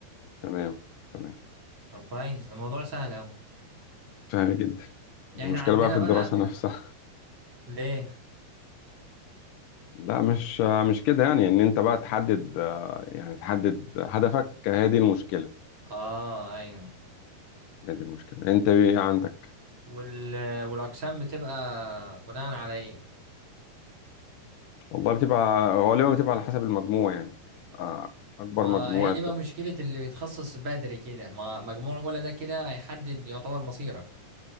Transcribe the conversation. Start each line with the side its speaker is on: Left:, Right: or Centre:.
Left: تمام تمام
Right: طب كويس ده الموضوع سهل أوي.
Left: سهل جدا المشكلة
Right: يعني احنا عندنا
Left: بقى في
Right: بقى
Left: الدراسة نفسها
Right: ليه
Left: لا مش مش كده يعني إن أنت بقى تحدد آه، يعني تحدد هدفك هذه المشكلة
Right: اه ايوه
Left: هي دي المشكلة انت ايه عندك
Right: وال... والاقسام بتبقى بناء على ايه
Left: والله بتبقى غالبا بتبقى على حسب المجموع يعني آه، اكبر
Right: ما
Left: مجموع
Right: هي دي
Left: ت-
Right: بقى مشكلة اللي بيتخصص بدري كده ما مجموع ولا ده كده هيحدد يعتبر مصيرك